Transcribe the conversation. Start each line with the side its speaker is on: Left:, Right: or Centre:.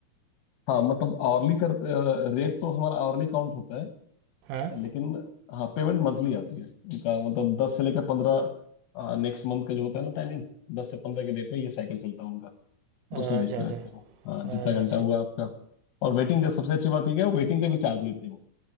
Left: हाँ मतलब आवरली कर रेट तो हमारा आवरली काउंट होता है
Right: हाँ
Left: लेकिन हाँ पेमेंट मंथली आती है उनका मतलब दस से लेकर पंद्रह नेक्स्ट मंथ का जो होता है ना टाइमिंग दस से पंद्रह के डेट में ये साइकिल चलता है उनका
Right: अच्छा
Left: उसमें भेजते
Right: अच्छा
Left: रहते हैं वो हाँ
Right: अच्छा
Left: जितना घंटा हुआ आपका और वेटिंग का सबसे अच्छी बात ये है वेटिंग का भी चार्ज लेते हैं वो